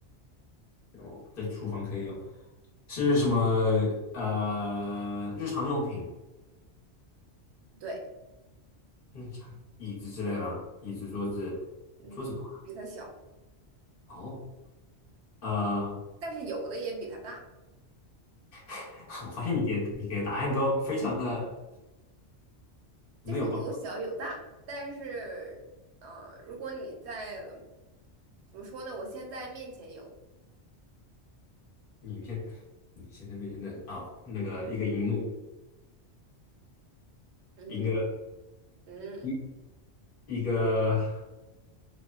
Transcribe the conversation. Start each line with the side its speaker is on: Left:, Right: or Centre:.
Left: 哦，在厨房可以有，是什么？呃，日常用品，
Right: 对，
Left: 日常椅子之类的，椅子、桌子，
Right: 嗯，
Left: 桌子不含
Right: 比它小，
Left: 哦，呃，
Right: 但是有的也比它大。
Left: <laughs> 我发现你给你给的答案都非常的没有帮助。
Right: 就是有小有大，但是，呃，如果你在，怎么说呢？我现在面前有，
Left: 你偏你现在面前的啊、那个一个荧幕，
Right: 嗯
Left: 一个
Right: 嗯，
Left: 一一个